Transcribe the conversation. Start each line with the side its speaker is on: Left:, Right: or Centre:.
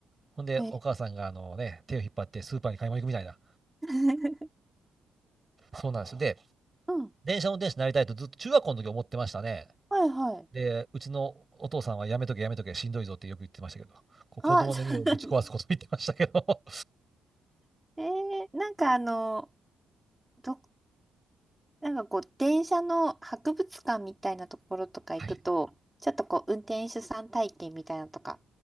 Right: ほんで、
Centre: へえ。
Right: お母さんがあのね、手を引っ張ってスーパーに買い物行くみたいな。
Centre: <laughs>
Right: そうなんですよ。で、
Centre: うん
Right: 電車運転手になりたいとずっと中学校の時思ってましたね。
Centre: はいはい。
Right: で、うちのお父さんはやめとけやめとけしんどいぞってよく言ってましたけど、こう子供の夢をぶち壊すこと言ってましたけど、
Centre: あ、そうなんです。
Right: <laughs>
Centre: <laughs> えー、なんかあの、ど、なんかこう、電車の博物館みたいなところとか行くと、
Right: はい、
Centre: ちょっとこう、運転手さん体験みたいなのとか、